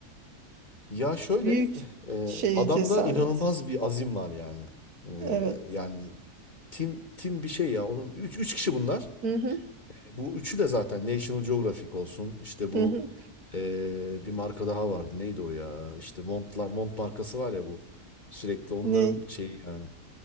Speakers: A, on the left; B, on the right.
A: Ya şöyle
B: Büyük
A: eh, e,
B: şey
A: adamda
B: cesaret.
A: inanılmaz bir azim var yani. E,
B: Evet.
A: yani tim tim bir şey ya. Onun üç üç kişi bunlar.
B: Hı hı,
A: Bu üçü de zaten National Geographic olsun. İşte bu
B: hı hı.
A: eee, bir marka daha vardı. Neydi o ya? İşte Montla, Mont markası var ya bu. Sürekli onların
B: Ne?
A: şeyi yani.